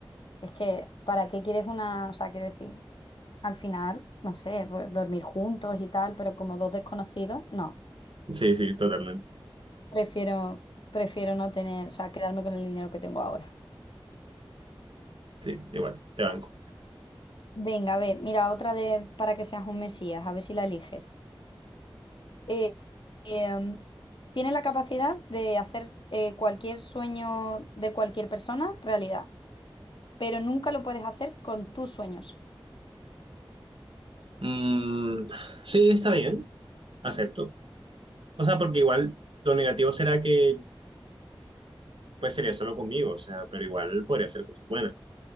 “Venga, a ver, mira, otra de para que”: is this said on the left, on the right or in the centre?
Left